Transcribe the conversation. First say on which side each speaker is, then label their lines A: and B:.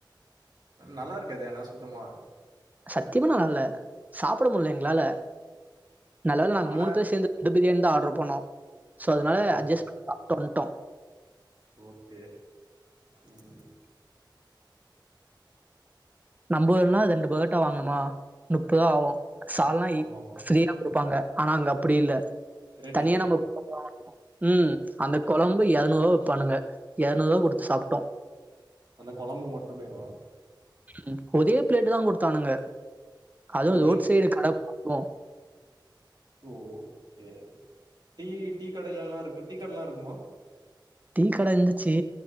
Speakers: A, on the right; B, on the right.
A: நல்லாருக்காதே ஆனா சுத்தமா
B: சத்தியமா நல்லால சாப்புட முலால எங்களால நல்ல வேல நாங்க
A: ஆனா
B: மூணு பேர் சேந்து ரெண்டு பிரியாணி தா ஆர்டர் பண்னோ ஸோ அதனால
A: ஓஹோ!
B: அட்ஜஸ்ட் பண்ணி சாப்டு வன்ட்டோ
A: ஓகே ம்
B: நம்ப ஊர்னா ரெண்டு பரோட்டா வாங்கணுமா முப்பது ரூபா ஆகும் சால்னா
A: ஆமாமா
B: ஃப்ரீயா குடுப்பாங்க ஆனா அங்க அப்டி இல்ல
A: ரேட்
B: தனியா
A: அதிகமா?
B: நம்ம ம் அந்த கொழம்பு எரநூருவா விப்பானுங்க எரநூருவா குடுத்து சாப்ட்டோம்
A: அந்த கொழம்பு மட்டுமேவா
B: ம் ஒரே பிளேட் தான் குடுத்தானுங்க அதுவும்
A: ஒரு
B: ரோட் சைட் கடைக்கு அப்றோ
A: ஓ ஓ கே டீ டீ கடெலெல்லாம் இரு டீ கட எல்லாம் இருக்குமா
B: டீக்கட இந்துச்சு